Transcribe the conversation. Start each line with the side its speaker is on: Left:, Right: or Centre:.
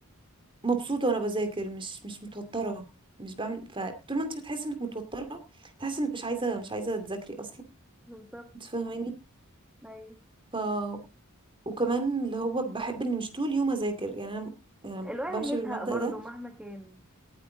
Right: مبسوطه وانا بذاكر مش مش متوتره مش بعمل
Centre: مم.
Right: فطول ما انت بتحس انك متوتره تحس انك مش عايزه مش عايزه تذاكري اصلا
Centre: بالظبط
Right: انت فاهماني
Centre: أيوة.
Right: ف وكمان اللي هو بحب ان مش طول يوم اذاكر يعني انا يعني
Centre: الواحد
Right: بمشي
Centre: هيزهق
Right: بالمبدأ
Centre: برضه
Right: ده
Centre: مهما كان